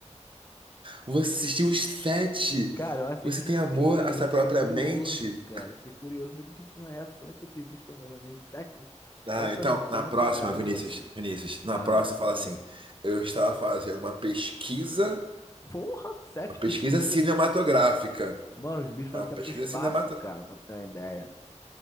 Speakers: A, on the right; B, on the left.
A: Você assistiu os sete.
B: Cara, eu assisti
A: Você tem
B: porque
A: amor à sua
B: eu fiquei
A: própria
B: curioso,
A: mente?
B: cara. Fiquei curioso. Falei, que porra é essa? Como é que esses bichos estão fazendo isso? Sete...
A: Ah,
B: Volta
A: então,
B: no tempo
A: na próxima,
B: e o caramba,
A: Vinícius,
B: mano.
A: Vinícius, na
B: Ah,
A: próxima fala
B: ah.
A: assim: eu estava fazendo uma pesquisa,
B: Porra, sete
A: uma pesquisa
B: <laughs> pesquisas.
A: cinematográfica.
B: Mano, os bichos
A: É
B: vão
A: uma
B: até
A: pesquisa
B: pro espaço,
A: cinemato...
B: cara, pra ter uma ideia.